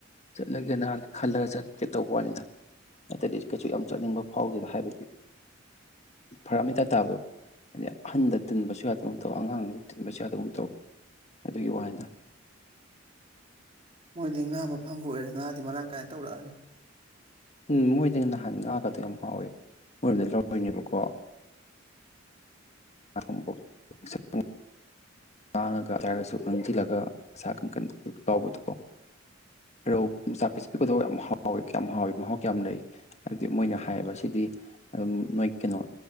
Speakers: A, on the left; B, on the right.
A: ꯆꯠꯂꯒꯦꯅ ꯍꯥꯟꯅ ꯈꯜꯂꯒ ꯆꯠꯀꯦ ꯇꯧꯕꯅꯤꯗ ꯅꯠꯇꯗꯤ ꯀꯩꯁꯨ ꯌꯥꯝ ꯆꯠꯅꯤꯡꯕ ꯐꯥꯎꯗꯦꯗ ꯍꯥꯏꯕꯗꯤ ꯐꯔꯛ ꯇꯥꯕꯗꯣ ꯍꯥꯏꯗꯤ ꯑꯍꯟꯗ ꯇꯤꯟꯕꯁꯨ ꯌꯥꯗ ꯑꯃ ꯇꯧ ꯑꯉꯥꯡ ꯇꯤꯟꯕꯁꯨ ꯌꯥꯗꯕ ꯑꯃ ꯇꯧ ꯑꯗꯨꯒꯤ ꯋꯥꯅꯤꯗ
B: ꯃꯣꯏꯗꯤ ꯉꯥ ꯃꯐꯝꯒ ꯑꯣꯏꯔꯦ ꯉꯥꯗꯤ ꯃꯔꯥꯡ ꯀꯥꯏꯅ ꯇꯧꯔꯛꯑꯅꯤ
A: ꯎꯝ ꯃꯣꯏꯗꯤ ꯅꯍꯥꯟ ꯉꯥꯛꯒꯗꯣ ꯌꯥꯝ ꯍꯥꯎꯋꯦ ꯃꯣꯏꯔꯣꯝꯗꯒꯤ ꯂꯧꯔꯣꯏꯅꯦꯕꯀꯣ <unintelligible> ꯇꯥꯡꯉꯒ ꯍꯥꯏꯔꯒꯁꯨ ꯀꯪꯁꯤꯜꯂꯒ ꯑꯁꯥ ꯀꯟ ꯀꯟ ꯂꯥꯎꯕꯗꯗꯣ ꯔꯧ ꯃꯆꯥ ꯄꯤꯁꯤꯛ ꯄꯤꯄꯗꯣ ꯌꯥꯝ ꯍꯥꯎꯋꯤ ꯀꯌꯥꯝ ꯍꯥꯎꯋꯤ ꯃꯍꯥꯎ ꯀꯌꯥꯝ ꯂꯩ ꯍꯥꯏꯕꯗꯤ ꯃꯣꯏꯅ ꯍꯥꯏꯌꯦꯕ ꯁꯤꯗꯤ ꯑꯗꯨꯝ ꯅꯣꯏ ꯀꯩꯅꯣ